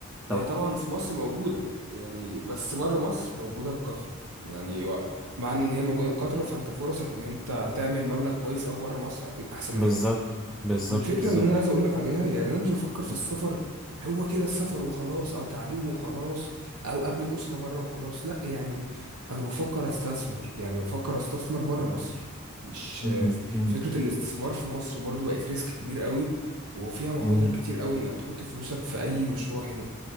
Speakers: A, in the centre; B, on the right.
A: طبعا
B: آه، طبعا في مصر موجودة يعني بس بره مصر موجودة بكثرة يعني و- مع ان إن هي موجودة بكثرة فانت فرصك ان انت تعمل مبلغ كويس قوي بره مصر هيكون احسن
A: بالظبط
B: من هنا
A: بالظبط
B: والفكرة
A: بالظبط
B: اللي أنا عايز أقولك عليها يعني أنا مش بفكر في السفر هو كده السفر وخلاص أو تعليم وخلاص أو أبني أسرة بره وخلاص لأ يعني أنا بفكر أستثمر يعني بفكر أستثمر بره مصر مش
A: مم. مم.
B: فكرة الاستثمار في مصر برضو بقت ريسك كبير قوي وفيها مخاطر
A: مم.
B: كتير قوي إنك تحط فلوسك في أي مشروع هنا